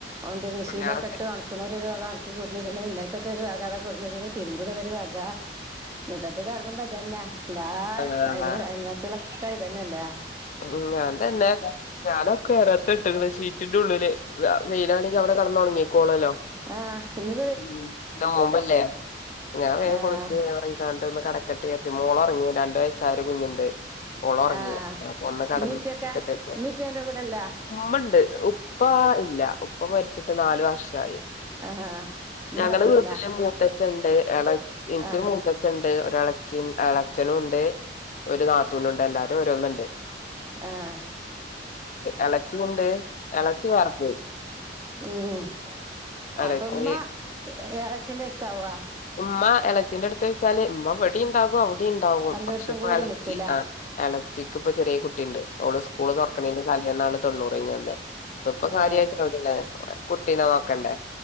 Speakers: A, on the right; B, on the left.
A: ഒന്ത് മിഷീനിലൊക്കെ
B: തുണ്യാളൊക്കെ
A: ഇട്ട് ഒണക്ക്ണോല് ഒരു വക ഓണക്കി കൊണ്ട് ഇട്ണ് ഇന്നാ ത്തത് ഒരു വക അതാ കൊടുന്നിടുന്ന് തിരുബ്ണാതാ ഒരു വക മുറ്റത്ത്ക്ക് ഇറങ്ങുമ്പ ഇതന്നെ എല്ലാ
B: ആ
A: അ
B: ആ
A: അയൽവാസിക്കളൊക്കെ ഇതാന്നെല്ല ഉ
B: ഉം അതന്നെ ഞാൻ ഒക്കെ ഏറെത് റത്ത ഇട്ടക്കാണ് സീറ്റിന്റെ ഉള്ളില് വ വൈലാണെങ്കി അവിടെ കടന്ന ഓണോങ്ങിക്കോളൊലോ
A: ആഹ് ഇന്ന്
B: ഉം നോമ്പല്ലേ ഞാൻ വേഗം
A: ആഹ്
B: പോയിട്ട് ചോറ് തിന്നാട്ട് ഒന്ന് കടക്കട്ടെ കരുതി മോള് ഒറങ്ങി രണ്ടു വയസ വയസായ ഒരു കുഞ്ഞുണ്ട് ഓള് ഒറങ്ങി
A: ആഹ്
B: അപ്പൊ ഒന്ന് കടന്ന്
A: ഉമ്മേം ഉപ്പയൊക്കെ
B: നിക്കട്ടേച്ചാണ്ട്
A: ഉമ്മേം ഉപ്പയും അന്റെ കൂടെല്ലേ
B: ഉമ്മണ്ട് ഉപ്പ ഇല്ല ഉപ്പ മരിച്ചിട്ട് നാല് വർഷായി
A: ആഹ് ഉമ്മ
B: ഞങ്ങളെ
A: അവിടെ ഉണ്ടല്ലേ
B: വീട്ടില് മ മൂത്തച്ഛൻഡ് എളേ എനിക്ക്
A: ആഹ്
B: ഒരു മൂ ച്ഛൻഡ് ഇണ്ട് ഒര് എള്ളച്ചി ഇല്ലേച്ഛൻഡ് ഒര് നാത്തൂന്നുണ്ട് എല്ലാരും ഓരോന്ന് ഇണ്ട്
A: ആഹ്
B: എളച്ചിണ്ട് എളച്ചി വേറെ പോയി
A: ഉം
B: എളച്ചി
A: അപ്പൊ ഇമ്മ എളേച്ചിന്റ എരുതാവോ
B: ഉമ്മ ഇളച്ചിന്റെ അടുത്ത് വെച്ചാല് ഉമ്മ ഇവിടെ ഉണ്ടാകും അവിടെ ഉണ്ടാവും
A: എല്ലായിടത്തും
B: പക്ഷെ ഇപ്പോ
A: കൂടി
B: ഇളച്ചി
A: നിൽക്കൂല
B: ആ എളച്ചിക്കിപ്പ ചെറിയ കുട്ടിയുണ്ട് അവള് സ്കൂള് തുറക്കണീന്റെ തലേന്നാണ് തൊണ്ണൂറ് കഴിഞ്ഞ് വന്നെ ഇപ്പൊ ഇപ്പൊ കാര്യയിട്ട്
A: ആ
B: <unintelligible> കുട്ടീനെ നോക്കണ്ടേ